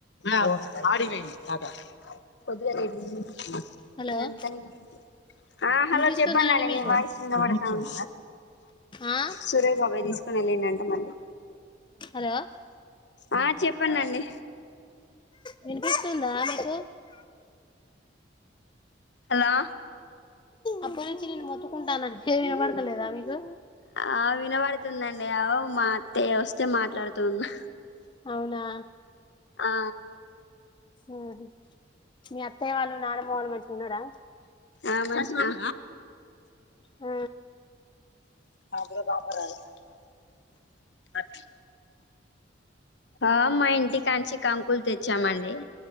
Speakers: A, on the left; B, on the left.
A: అగో ఆడికి పోయిండు అద పొదుగాల <unintelligible>
B: హలో
A: ఇగ అందుకని ఆ హలో
B: వినిపిస్తుందా
A: చెప్పండండి
B: అండి మీకు
A: నీ వాయిస్ వినబడతంది
B: ఆ
A: సురేష్ బాబాయ్ తీసుకొని వెళ్ళిండంట మళ్ళీ
B: హలో
A: ఆ చెప్పండండి
B: వినిపిస్తుందా మీకు
A: హలో
B: అప్పటి నుంచి నేను మొత్తుకుంటాన చెవ్లు వినబడతలేదా మీకు
A: ఆ వినబడుతుందండి ఆవ్ మా అత్తయ్య వస్తే మాట్లాడుతున్నా
B: అవునా
A: ఆ
B: ఆహా మీ అత్తయ్య వాళ్ళు నానమ్మ వాళ్ళు మంచిగా ఉన్నారా
A: ఆ మంచిగ
B: ఆ
A: <unintelligible> ఆ మా ఇంటి కాంచి కంకుల్ తెచ్చామండి